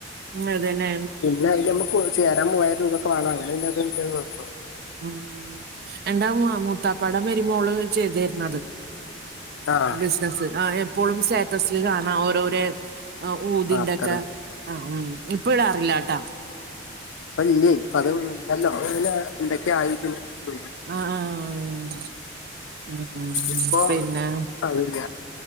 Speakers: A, on the right (about 50°); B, on the left (about 70°).
A: ഉം അതെന്നെ
B: പിന്നെ അയില് നമ്മക്ക് ചേരാൻ പോയതും ഇതൊക്കെ വേണം അങ്ങനെ പിന്നെ അത് ഇന്റത് നിന്നു
A: ഉം എന്റെ മൂത്താപ്പാടെ മരിമോള് ചെയ്തീർന്നത്
B: ആഹ്
A: ബിസിനസ് ആ എപ്പോഴും സ്റ്റാറ്റസിൽ കാണാ ഓരോര ആ ഊതിന്റെക്കെ
B: ആഹ് അത്തറ്
A: ആഹ്‌ ഉം ഇപ്പം ഇടാറില്ലാട്ടോ
B: ഇപ്പ ഇല്ലേ ഇപ്പ അത് ഇണ്ടല്ലോ അത് പിന്നെ എന്തൊക്കെ ആയിക്കണ് ഉം
A: അ ആഹ് ആഹ്
B: ഇപ്പൊ
A: പിന്നെ
B: അതില്ല